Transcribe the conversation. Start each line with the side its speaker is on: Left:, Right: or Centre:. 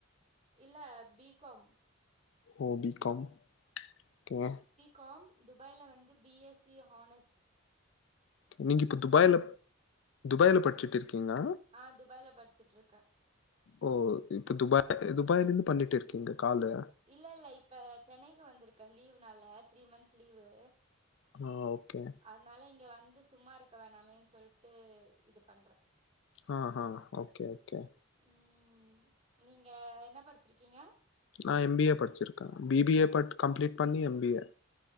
Right: இல்ல பி காம்
Left: ஓ பி காம் ஓகேங்க
Right: காம் துபாயில வந்து பி எஸ் சி ஹானஸ்
Left: நீங்க இப்போ துபாய்ல துபாயில படிச்சுட்டு இருக்கீங்கள
Right: ஆ துபாயில படிச்சுட்டுருக்கே
Left: ஓ இப்ப துபாய்யிலே துபாய்ல இருந்து பண்ணிட்டு இருக்கிங்க காலு
Right: இல்ல இல்ல இப்ப சென்னைக்கு வந்திருக்கே லீவுனால த்ரீ மன்த்ஸ் லீவு
Left: ஆ ஓகே
Right: அதனால இங்கே வந்து சும்மா இருக்க வேணாமேன்னு சொல்ட்டு இது பண்றே
Left: ஆஹா ஓகே ஓகே
Right: ம் நீங்க என்ன படிச்சிருக்கீங்க
Left: ந எம் பி ஏ படிச்சிருக்கே B B A but complete பண்ணி எம் பி ஏ